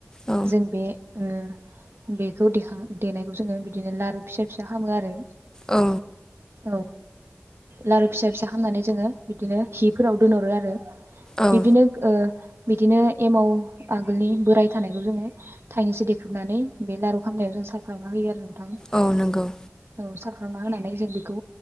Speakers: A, on the left; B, on the right.
A: औ
B: जों बे ओ बेखौ दिखां देनायखौ जोङो बिदिनो लारु फिसा फिसा खालामो आरो।
A: औ।
B: औ लारु फिसा फिसा खालामनानै जोङो बिदिनो हिफोराव दोनहरो आरो।
A: औ
B: बिदिनो ओ बिदिनो एमाव आगोलनि बोराय थानायखौ जोङो थाइनैसो देख्रुबनानै बे लारु खामनायाव जों सारो खावना होयो आरो नों थां।
A: औ नंगौ
B: औ सा सावना होनानै जों बेखौ